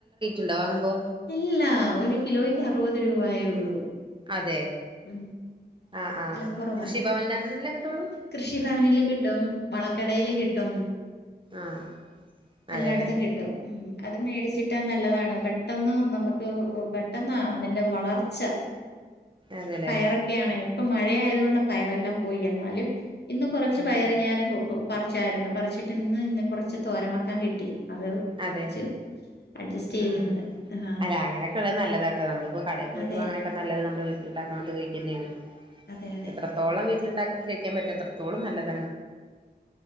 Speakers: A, on the right; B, on the left.
A: ഉണ്ടാങ്ങുമ്പോ
B: എല്ലാ ഒരു കിലോയ്ക്ക് അറുപത് രൂപയേ ഉള്ളൂ
A: അതെ
B: ഉം
A: ആഹ് ആഹ്
B: വിലക്കുറവാ
A: കൃഷിഭവനിലന്നല്ലേ കിട്ടുള്ളൂ
B: കൃഷിഭവനിൽ കിട്ടും വളം കടയിൽ കിട്ടും
A: ആഹ് അതെല്ലേ
B: എല്ലായിടത്തും കിട്ടും അത് മേടിച്ചിട്ട് നല്ലതാണ് പെട്ടെന്ന് നമുക്ക് പെട്ടെന്ന് അതിന്റെ വളർച്ച
A: അതെല്ലേ
B: പയറൊക്കെയ ആണേ ഇപ്പൊ മഴ ആയതുകൊണ്ട് പയർ എല്ലാം പോയി എന്നാലും- ഇന്ന് കുറച്ച്
A: ഉം
B: പയറ് ഞാന് പോകും പറിച്ചായിരുന്നു പറിച്ചിട്ട് ഇന്ന് ഇ കുറച്ച് തോരൻ വയ്ക്കാൻ കിട്ടി അത്
A: അതെ
B: വെച്ച് അഡ്ജസ്റ്റ് ചെയ്ത്
A: ആ
B: നിന്ന് ആഹ്
A: അല്ല അങ്ങനൊക്കെള്ളത് നല്ലതാണ് കേട്ടോ നമ്മളിപ്പോ കടയിൽ പോയിട്ട
B: അതെ
A: പോ അങ്ങനെയൊക്കെ നല്ലത് നമ്മ ഈണ്ടാക്കണുന്നത് കഴിക്ക തന്നെയാണ്
B: അതെ അതെ
A: എത്രത്തോളം വീട്ടിലുണ്ടാക്കി കഴിക്കാൻ പറ്റും അത്രത്തോളം ഓളും